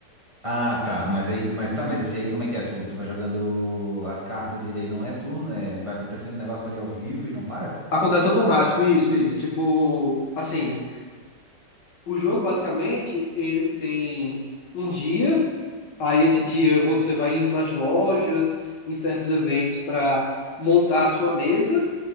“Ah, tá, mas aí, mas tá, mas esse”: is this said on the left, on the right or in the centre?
Right